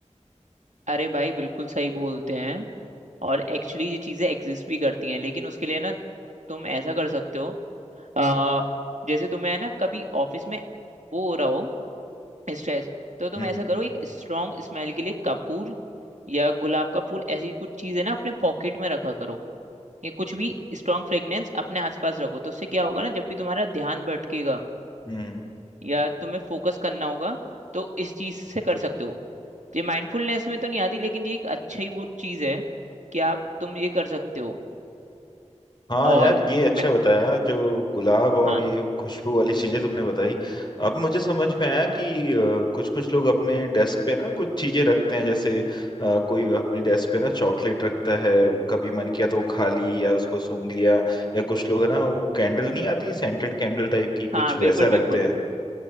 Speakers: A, on the right; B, on the left.
A: अरे भाई बिल्कुल सही बोलते हैं और एक्चुअली ये चीजें एग्जिस्ट भी करती हैं लेकिन उसके लिए ना तुम ऐसा कर सकते हो अ, जैसे तुम्हें है ना कभी ऑफिस में वो हो रहा हो स्ट्रेस तो तुम
B: हम्म
A: ऐसा करो एक स्ट्रॉन्ग स्मेल के लिए कपूर या गुलाब का फूल ऐसी कुछ चीज है ना अपने पॉकेट में रखा करो ये कुछ भी स्ट्रॉन्ग फ्रेग्रेंस अपने आसपास रखो तो उससे क्या होगा ना जब भी तुम्हारा ध्यान भटकेगा
B: हम्म हम्म।
A: या तुम्हें फोकस करना होगा तो इस चीज से कर सकते हो ये माइंडफुलनेस में तो नहीं आती लेकिन ये एक अच्छा ही वो चीज है कि आप तुम ये कर सकते हो
B: हाँ
A: और
B: यार ये अच्छा
A: मैं
B: बताया जो गुलाब और
A: हाँ
B: ये खुशबू वाली चीजें तुमने बताई अब मुझे समझ में आया कि कुछ कुछ लोग अपने डेस्क पे ना कुछ चीजें रखते हैं जैसे अ, कोई अपनी डेस्क पे ना चॉकलेट रखता है कभी मन किया तो वो खा ली या उसको सूंघ लिया या कुछ लोग है ना वो कैंडल नहीं आती सेंटेड कैंडल टाइप की कुछ
A: हाँ
B: वैसा
A: बिल्कुल बिल्कुल
B: रखते हैं